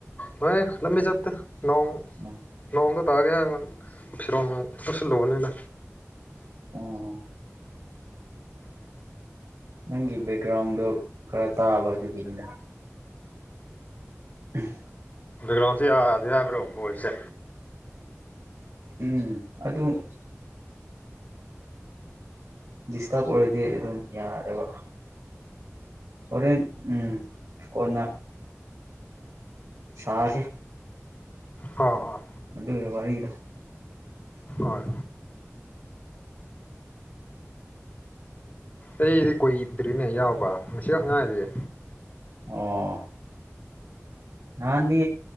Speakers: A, on the left; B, on the right.
A: ꯃꯥꯅꯦ ꯂꯝꯕꯤ ꯆꯠꯇꯦ ꯅꯣꯡ
B: ꯎꯝ
A: ꯅꯣꯡꯗ ꯇꯥꯒ ꯍꯥꯏꯕ ꯐꯤꯔꯣꯟ ꯂꯧꯁꯜꯂꯨꯕꯅꯤꯗ꯫
B: ꯑꫭ ꯅꯪꯒꯤ ꯕꯦꯛꯒ꯭ꯔꯥꯎꯟꯗꯣ ꯈꯔ ꯇꯥꯕ ꯑꯗꯨꯒꯤꯅꯤꯗ꯫ ꯎꯝ
A: ꯭ꯔꯥꯎꯁꯤ ꯑꯗꯤ ꯍꯥꯏꯕ꯭ꯔꯣ ꯄꯣ ꯑꯩꯁꯦ
B: ꯎꯝ ꯑꯗꯨꯗ ꯗꯤꯁꯇꯥꯔꯕ ꯑꯣꯏꯔꯗꯤ ꯑꯗꯨꯝ ꯌꯥꯔꯕ ꯍꯣꯔꯦꯟ ꯎꯝ ꯀꯣꯟꯅ ꯆꯥꯁ
A: ꯑꯥ ꯑꯥ
B: ꯑꯗꯨ ꯋꯥꯔꯤꯔꯒꯤꯗ
A: ꯍꯣꯏ ꯑꯩꯗꯤ ꯀꯨꯏꯗ꯭ꯔꯤꯅꯦ ꯌꯥꯎꯕ ꯉꯁꯤꯈ ꯉꯥꯏꯔꯤꯦ
B: ꯑꯣ ꯅꯍꯥꯟꯗꯤ